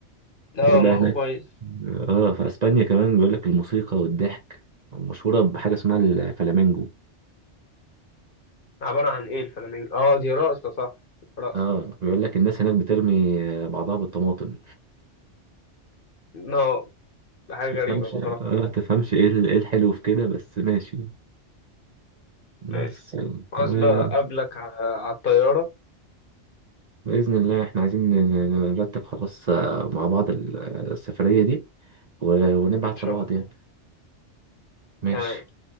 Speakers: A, on the left; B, on the right.
A: اه
B: غير بقى
A: ما
B: هناك
A: هو كويس
B: اه في اسبانيا كمان بيقول لك الموسيقى والضحك مشهورة بحاجة اسمها الفلامينجو
A: عبارة عن ايه الفلامينجو اه دي رقصة صح رقصة
B: اه بيقول لك الناس هناك بترمي آه، بعضها بالطماطم
A: اه حاجة
B: تفهمش
A: غريبة بصراحة
B: اه تفهمش ايه ال- ايه الحلو في كده بس ماشي
A: ماشي
B: بس
A: خلاص
B: و...
A: بقى قبلك على على الطيارة
B: بإذن الله احنا عايزين ن- نرتب خلاص آه، مع بعض ال- السفرية دي و... ونبعت
A: ان شاء
B: لبعض
A: الله
B: يعني ماشي
A: تمام